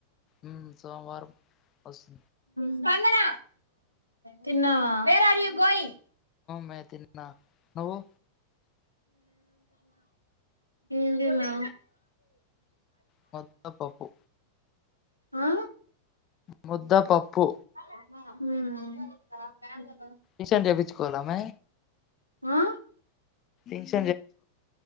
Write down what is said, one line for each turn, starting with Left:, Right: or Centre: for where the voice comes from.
Left: ఉ సోమవారం వస్తు
Right: స్పందన తిన్నావా వేర్ అర్ యు గోయింగ్
Left: మే తిన్నా నువ్వు
Right: ఏందినా
Left: ముద్దపపు
Right: ఆ
Left: ముద్ద పప్పు
Right: మ్మ్
Left: ఈషన్ చేపిచ్చు కోలామే
Right: ఆ
Left: ఇన్ష్